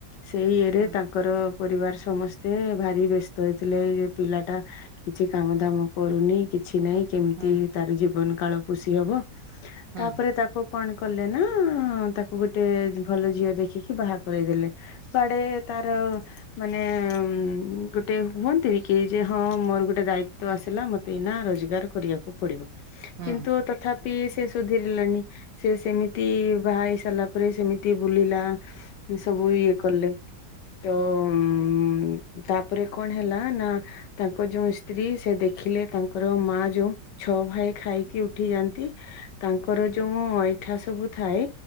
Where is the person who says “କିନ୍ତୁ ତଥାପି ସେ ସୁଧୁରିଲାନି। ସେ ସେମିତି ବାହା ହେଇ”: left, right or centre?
Left